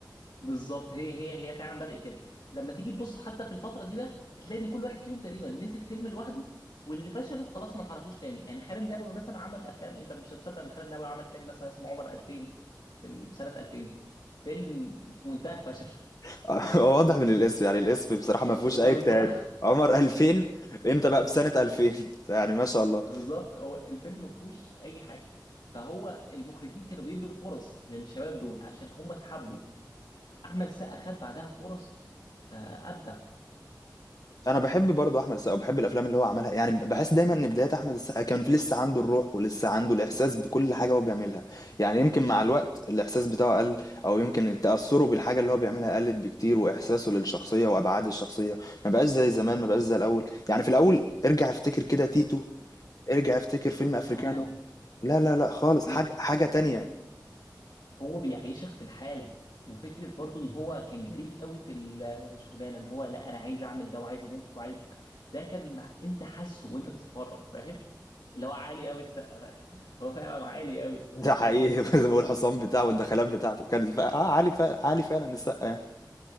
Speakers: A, on the left; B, on the left.
A: بالظبط هي هي هي فعلا بدأت كده لما تيجي تبص حتى في الفترة دي بقى هتلاقي ان كل واحد فيهم تقريبا مسك فيلم لوحده واللي فشلوا خلاص ما تعرفوش تاني يعني خالد النبوي مثلا عمل افلام انت مش هتصدق ان خالد النبوي عمل فيلم مثلا اسمه عمر 2000 في ال- في سنة 2000 فيلم في منتهى الفشل
B: <laughs> هو واضح من الاسم يعني الاسم بصراحة ما
A: <laughs>
B: فيهوش أي اجتهاد
A: بالظبط
B: عمر 2000 امتى بقى في سنة 2000 <laughs> يعني ما شاء الله
A: بالظبط هو الفيلم ما فيهوش اي حاجه فهو المخرجين كانوا بيدوا فرص للشباب دول عشان هم اتحبوا احمد السقا خد بعدها فرص فابدع
B: أنا باحب برضه أحمد السقا وباحب الأفلام اللي هو عملها يعني باحس دايمًا إن بدايات أحمد السقا كان في لسه عنده الروح ولسه عنده الإحساس بكل حاجة هو بيعملها، يعني يمكن مع الوقت الإحساس بتاعه قل أو يمكن تأثره بالحاجة اللي هو بيعملها قلت بكتير وإحساسه للشخصية وأبعاد الشخصية، ما بقاش زي زمان ما بقاش زي الأول، يعني في الأول ارجع افتكر كده تيتو، ارجع افتكر فيلم أفريكانو،
A: اه
B: لا لا لأ خالص
A: مش طبيعي
B: حاجة حاجة تانية،
A: هو بيعيشك في الحالة وفكرة برضو ان هو كان جريء قوي في الشغلانة اللي هو لا انا عايز اعمل ده وعايز انط وعايز ده كان مع... انت حاسه وانت بتتفرج فاهم اللي هو عالي قوي السقا <laughs> هو فعلا عالي قوي السقا
B: ده حقيقي <laughs> والحصان بتاعه والدخلات بتاعته كانت بقى آه عالي فعلًا عالي فعلًا السقا يعني.